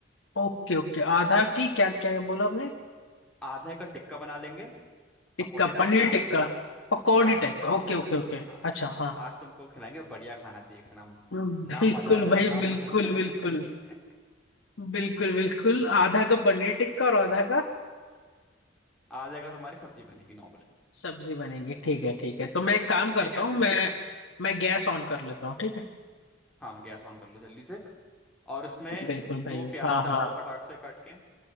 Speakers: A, on the left; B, in the centre.
A: ओके ओके आधा की क्या क्या बोला आपने
B: आधे का टिक्का बना लेंगे
A: टिक्का
B: पकौड़े टाइप
A: पनीर
B: का
A: टिक्का पकौड़ी
B: हाँ
A: टाइप
B: पनीर
A: का ओके
B: टिक्का
A: ओके ओके
B: हाँ
A: अच्छा हाँ
B: आज तुमको खिलाएंगे बढ़िया खाना देखना हम
A: हम्म,
B: नाम
A: बिल्कुल
B: मजा आ जाना
A: भाई
B: नाम
A: बिल्कुल
B: बदल देना
A: बिल्कुल
B: <laughs>
A: बिल्कुल बिल्कुल आधा का पनीर टिक्का और आधा का
B: आधे का तुम्हारी सब्जी बनेगी नॉर्मल
A: सब्जी बनेगी ठीक है ठीक है तो मैं एक काम करता
B: ठीक है
A: हूँ मैं मैं गैस ऑन कर लेता हूँ ठीक है
B: हाँ गैस ऑन कर लो जल्दी से और उसमें
A: बिल्कुल भाई
B: दो प्याज
A: हाँ
B: डाल
A: हाँ
B: दो फटाक से कट के